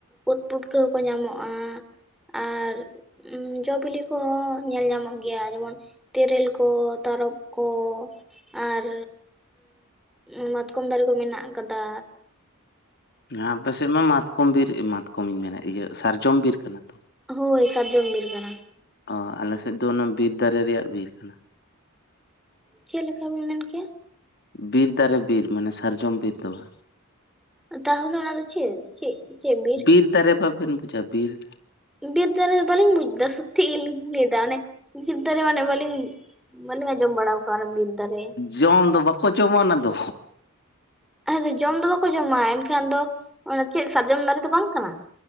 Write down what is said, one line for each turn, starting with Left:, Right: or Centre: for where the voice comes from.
Centre: ᱩᱫ ᱯᱩᱴᱠᱟᱹ ᱦᱚᱸᱠᱚ ᱧᱟᱢᱚᱜᱼᱟ᱾ ᱟᱨ ᱩᱸ ᱡᱚ ᱵᱤᱞᱤ ᱠᱚᱦᱚᱸ ᱧᱮᱞ ᱧᱟᱢᱚᱜ ᱜᱮᱭᱟ ᱡᱮᱢᱚᱱ ᱛᱮᱨᱮᱞ ᱠᱚ ᱛᱟᱨᱚᱚᱵ ᱠᱚ ᱟᱨ ᱮᱸᱜ ᱢᱟᱛᱠᱚᱢ ᱫᱟᱨᱮ ᱠᱚ ᱢᱮᱱᱟᱜ ᱟᱠᱟᱫᱟ᱾
Left: ᱦᱮᱸ ᱟᱯᱮ ᱥᱮᱫ ᱢᱟ ᱢᱟᱛ ᱠᱚᱢ ᱵᱤᱨ ᱢᱟᱛᱠᱚᱢ ᱤᱧ ᱢᱮᱱᱟ ᱤᱭᱟᱹ ᱥᱟᱨᱡᱚᱢ ᱵᱤᱨ ᱠᱟᱱᱟ ᱛᱚ?
Centre: ᱦᱳᱭ ᱥᱟᱨᱡᱚᱱ ᱵᱤᱨ ᱠᱟᱱᱟ᱾
Left: ᱚ ᱟᱞᱮ ᱥᱮᱫ ᱫᱚ ᱚᱱᱟ ᱵᱤᱨ ᱫᱟᱨᱮ ᱨᱮᱭᱟᱜ ᱵᱤᱨ ᱠᱟᱱᱟ᱾
Centre: ᱪᱮᱫ ᱞᱮᱠᱟ ᱵᱤᱱ ᱢᱮᱱ ᱠᱮᱜᱼᱟ?
Left: ᱵᱤᱨ ᱫᱟᱨᱮ ᱵᱤᱨ ᱢᱟᱱᱮ ᱥᱟᱨᱡᱚᱢ ᱵᱤᱨ ᱫᱚ ᱵᱟᱝ᱾
Centre: ᱛᱟᱦᱚᱞᱮ ᱚᱱᱟ ᱫᱚ ᱪᱮᱫ ᱪᱮᱫ ᱪᱮᱫ ᱵᱤᱨ?
Left: ᱵᱤᱨ ᱫᱟᱨᱮ ᱵᱟᱵᱮᱱ ᱵᱩᱡᱟ? ᱵᱤᱨ
Centre: ᱵᱤᱨ ᱫᱟᱨᱮ ᱫᱚ ᱵᱟᱹᱞᱤᱧ ᱵᱩᱡᱽ ᱮᱫᱟ ᱥᱚᱛᱛᱤ ᱜᱮᱞᱤᱧ ᱞᱟᱹᱭᱫᱟ ᱚᱱᱮ ᱵᱤᱨ ᱫᱟᱨᱮ ᱢᱟᱱᱮ ᱵᱟᱹᱞᱤᱧ ᱵᱟᱞᱤᱧ ᱟᱸᱡᱚᱢ ᱵᱟᱲᱟᱣ ᱚᱠᱟᱨᱮ ᱵᱤᱨ ᱫᱟᱨᱮ?
Left: ᱡᱚᱢ ᱫᱚ ᱵᱟᱠᱚ ᱡᱚᱢᱟ ᱚᱱᱟ ᱫᱚ᱾
Centre: ᱦᱮᱸ ᱛᱚ ᱡᱚᱢ ᱫᱚ ᱵᱟᱠᱚ ᱡᱚᱢᱟ ᱮᱱᱠᱷᱟᱱ ᱫᱚ ᱚᱱᱟ ᱪᱮᱫ ᱥᱟᱨᱡᱚᱢ ᱫᱟᱨᱮ ᱫᱚ ᱵᱟᱝ ᱠᱟᱱᱟ?